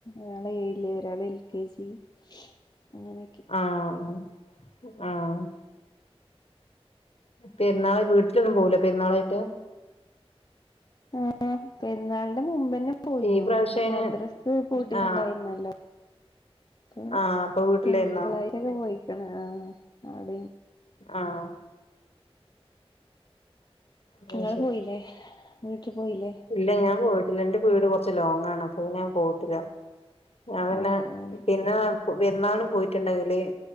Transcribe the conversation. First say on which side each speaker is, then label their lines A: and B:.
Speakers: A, on the left; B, on the left.
A: ഒരാള് ഏഴില് ഒരാൾ എൽ കെ ജി അങ്ങനെയൊക്കെ
B: ആഹണെ ആഹ പെരുന്നാളെ വീട്ടിലൊന്നും പോവൂല്ല പെർന്നാളായിട്ട്
A: ഹെ പെരുന്നാളിന്റെ മുമ്പന്നെ പോയിനു
B: ഈ പ്രാവശ്യം അയിന്
A: മദ്രാസ് പൂട്ടിട്ടുണ്ടായിരുന്നല്ലോ
B: ആ
A: അപ്പൊ
B: ആ അപ്പൊ വീട്ടിലായിരുന്നോ?
A: തിങ്കളാഴ്ചൊക്കെ പോയിക്കണ ആഹ അട
B: ആണെ അത്
A: നിങ്ങള്
B: ശരി
A: പോയില്ലേ വീട്ടിൽ പോയില്ലേ
B: ഇല്ല ഞാൻ പോയിട്ടില്ല ഇന്റെ വീട് കുറച്ച് ലോങ്ങ ആണ് അപ്പൊ പിന്നെ ഞാൻ പോയിട്ടില്ല ഞാൻ പിന്നെ
A: ആഹ്
B: പിന്നെ പെരുന്നാളിന് പോയിട്ടുണ്ടെങ്കില്